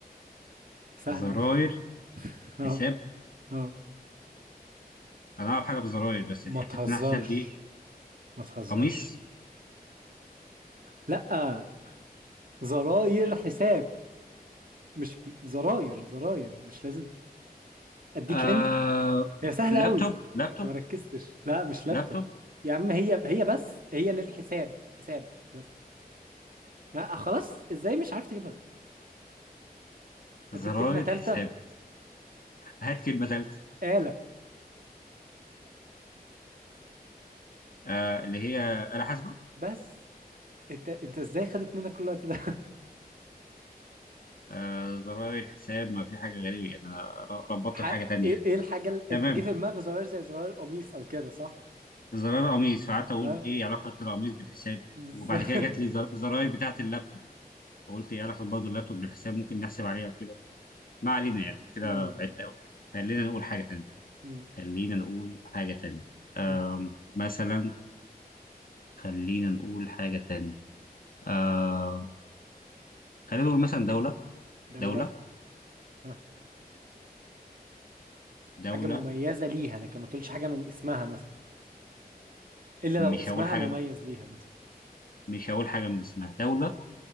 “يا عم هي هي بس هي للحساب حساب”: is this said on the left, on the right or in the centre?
Right